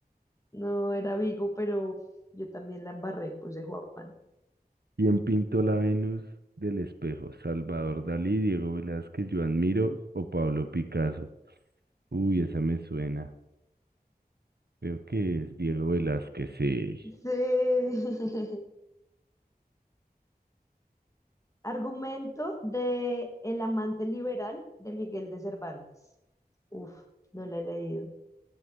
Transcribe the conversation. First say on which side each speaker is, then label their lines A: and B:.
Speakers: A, on the left; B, on the right.
A: No era Vigo, pero yo también la embarré, puse Juan.
B: ¿Quién pintó la Venus del espejo? ¿Salvador Dalí, Diego Velázquez, Joan Miro o Pablo Picasso? Uy, esa me suena. Creo que es Diego Velázquez, sí.
A: Sí. <laughs> Argumento de El amante liberal de Miguel de Cervantes. Uf, no la he leído.